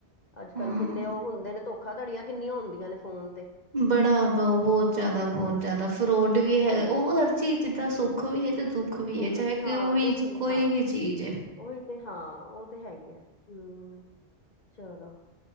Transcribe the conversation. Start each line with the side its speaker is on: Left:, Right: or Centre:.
Left: ਅੱਜ-ਕੱਲ੍ਹ
Right: ਹਾਂ
Left: ਕਿੰਨੇ ਉਹ ਹੁੰਦੇ ਨੇ, ਧੋਖਾ- ਧੜੀਆਂ ਕਿੰਨੀਆਂ ਹੁੰਦੀਆਂ ਨੇ ਫੋਨ ਤੇ।
Right: ਬੜਾ ਵ ਬਹੁਤ ਜਿਆਦਾ,
Left: ਬੜੀਆਂ
Right: ਬਹੁਤ ਜਿਆਦਾ, ਫਰੋਡ ਵੀ
Left: ਹਾਂ
Right: ਹੈਗਾ। ਉਹ ਹਰ ਚੀਜ਼ ਜਿੱਦਾਂ ਸੁ ਸੁਖ ਵੀ ਏ, ਤੇ ਦੁੱਖ ਵੀ
Left: ਸੁੱਖ
Right: ਏ, ਚਾਹੇ
Left: ਹਾਂ
Right: ਕੋ ਵੀ
Left: ਦੁੱਖ
Right: ਕੋਈ
Left: ਹਾਂ
Right: ਵੀ ਚੀਜ਼ ਏ।
Left: ਉਹੀ ਤੇ ਹਾਂ। ਉਹ ਤੇ ਹੈ ਹੀ ਐ ਹੈ ਚਲੋ।